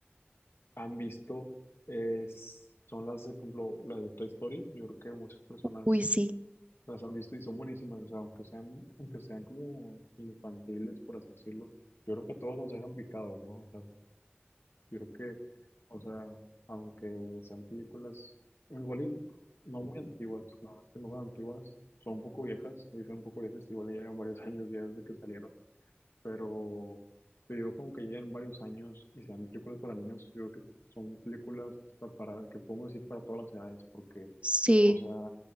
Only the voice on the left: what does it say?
han visto es, son las de, por ejemplo, las de Toy Story. Yo creo que muchas personas
las han visto y son buenísimas. O sea, aunque sean, aunque sean como infantiles, por así decirlo, yo creo que a todos nos dejan picados, ¿no? O sea, yo creo que, o sea, aunque sean películas igual y no muy antiguas, la verdad es que no son antiguas, son un poco viejas, me dicen un poco viejas, igual ya llevan varios <laughs> años ya desde que salieron pero pero yo como que llegan varios años y sean películas para niños, yo creo que son películas hasta para, que podemos decir para todas las edades, porque,
o sea,